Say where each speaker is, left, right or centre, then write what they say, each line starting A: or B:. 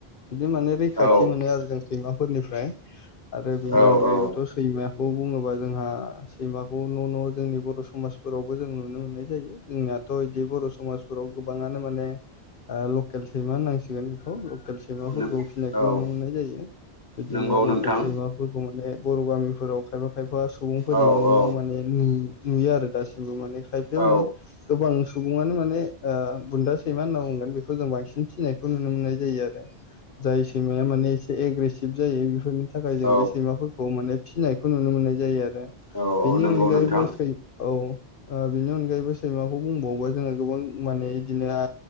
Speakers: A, on the left; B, on the left.
A: बिदि मान खाथि
B: औ
A: मोनो आरो जों सैमाफोरनिफ्राय आरो बिनि
B: औ
A: अनगायैबोथ
B: औ
A: सैमा खौ बुङोबा जोंहा सैमाखौ न न जोंनि बर समाजफोरावबो जों नुनो मोननाय जायो जोंना थ इदि बर समाजफोराव गोबाङानो माने ओ लकेल सैमा होननांसिगोन बेखौ केल सैमाफोरखौ
B: नों
A: फिनायखौ
B: औ
A: नुनो मोननाय जायो बिदिनो
B: नंगौ
A: लकेल
B: नोंथां
A: सैमाफोरखौ माने बर गामि फोराव खायफा खायफा सुबुंफोरनि
B: औ
A: न'
B: औ
A: न' माने नुय नुयो आरो दासिमबो माने खायफाया
B: औ
A: माने गोबां सुबुङानो माने ओ बुन्दा सैमा होनना बुंगोन बेखौ जों बांसिन फिनायखौ नुनो मोननाय जायो आरो जाय सैमाया माने एसे एग्रेसिभ जायो बेफोरनि थाखाय जों
B: औ
A: बे सैमाफोरखौ माने फिनायखौ नुनो मोननाय जायो आरो रो
B: औ
A: बेनि
B: औ नंगौ
A: अनगायैबो
B: नोंथां
A: सै औ ओ बिनि अनगायैबो सैमाखौ बुंबावोबा जोङो गोबां माने इदिनो आ